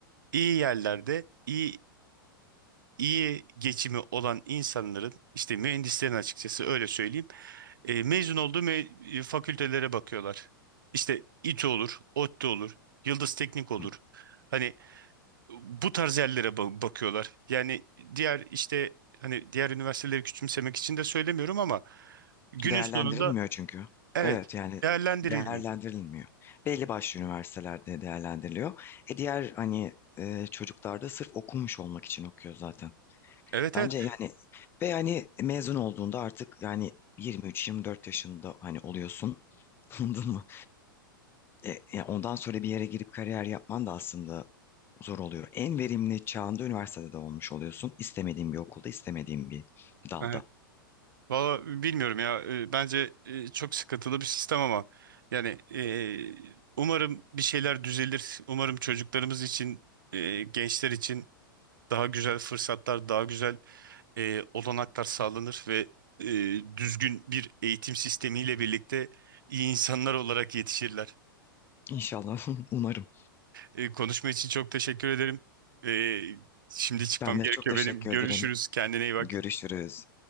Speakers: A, on the right; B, on the left.
A: iyi yerlerde iyi iyi geçimi olan insanların işte mühendislerin açıkçası öyle söyleyeyim e, mezun olduğu me- e, fakültelere bakıyorlar. İşte İTÜ olur, ODTÜ olur, Yıldız Teknik olur.
B: Hı.
A: Hani bu tarz yerlere ba- bakıyorlar. Yani diğer işte hani diğer üniversiteleri küçümsemek için de söylemiyorum ama günün
B: Değerlendirilmiyor
A: sonunda
B: çünkü.
A: evet
B: Evet yani
A: değerlendirilmiyor.
B: değerlendirilmiyor. Belli başlı üniversitelerde değerlendiriliyor. E diğer hani e, çocuklar da sırf okumuş olmak için okuyor zaten.
A: Evet
B: Bence
A: evet.
B: yani ve yani mezun olduğunda artık yani 23-24 yaşında hani oluyorsun. <laughs> Anladın mı? E, e, ondan sonra bir yere girip kariyer yapman da aslında zor oluyor. En verimli çağında üniversitede de olmuş oluyorsun. İstemediğin bir okulda, istemediğin bir dalda.
A: Evet. Valla bilmiyorum ya. Ee, Bence e, çok sıkıntılı bir sistem ama yani e, umarım bir şeyler düzelir. Umarım çocuklarımız için, e, gençler için daha güzel fırsatlar, daha güzel e, olanaklar sağlanır ve e, düzgün bir eğitim sistemiyle birlikte iyi insanlar olarak yetişirler.
B: İnşallah, <laughs> umarım.
A: E, konuşma için çok teşekkür ederim. E, şimdi çıkmam
B: Ben
A: gerekiyor
B: de çok teşekkür
A: benim. Görüşürüz.
B: ederim.
A: Kendine iyi bak.
B: Görüşürüz.